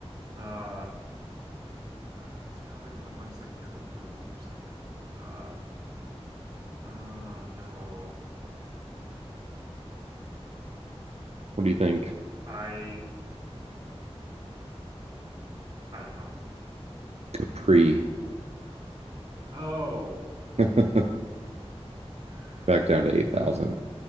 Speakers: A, on the right (about 35°); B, on the right (about 75°).
A: uh <sighs> Uh, it's probably one of the ones like near the boot or something. Uh, oh no.
B: What do you
A: K-
B: think?
A: I I don't know, unfortunately.
B: Capri.
A: Oh.
B: <laughs> Back
A: <sighs>
B: down to 8,000.